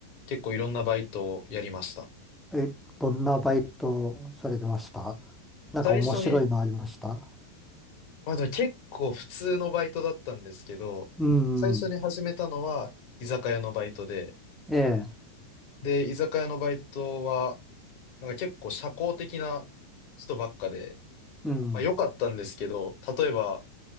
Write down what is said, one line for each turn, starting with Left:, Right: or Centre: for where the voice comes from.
Left: 結構いろんなバイトをやりました。
Centre: え、え、どんなバイトされてましたなんか面白いのありました
Left: 最初にまあでも結構普通のバイトだったんですけど、
Centre: うん。
Left: 最初に始めたのは居酒屋のバイトで、
Centre: ええ、
Left: で、居酒屋のバイトは、なんか結構社交的な人ばっかで、
Centre: うん。
Left: まあ良かったんですけど、例えば、